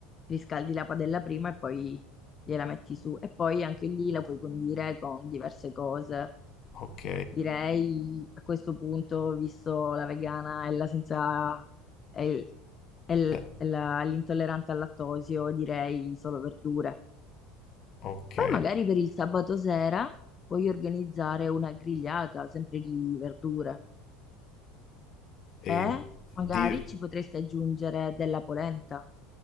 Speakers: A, on the left (about 25°); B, on the left (about 40°).
A: Riscaldi la padella prima e poi gliela metti su. E poi anche lì la puoi condire con diverse cose.
B: ok.
A: Direi a questo punto, visto la vegana e la senza... e, e l-
B: Eh,
A: e la- l'intollerante al lattosio, direi solo verdure.
B: ok.
A: Poi magari per il sabato sera puoi organizzare una grigliata, sempre di verdure.
B: E
A: E magari
B: di,
A: ci potresti aggiungere della polenta.